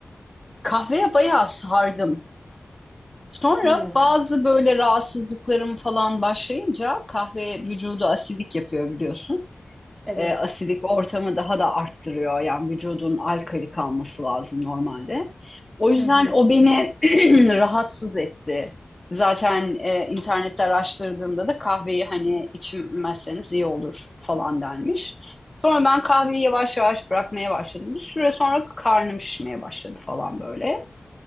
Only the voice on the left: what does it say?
kahveye bayağı sardım. Sonra
bazı böyle rahatsızlıklarım falan başlayınca kahve vücudu asidik yapıyor biliyorsun.
Ee, asidik ortamı daha da arttırıyor. Yani vücudun alkali kalması lazım normalde. O yüzden
o beni <clears throat> rahatsız etti. Zaten e, internette araştırdığımda da kahveyi hani içmezseniz iyi olur falan denmiş. Sonra ben kahveyi yavaş yavaş bırakmaya başladım. Bir süre sonra karnım şişmeye başladı falan böyle.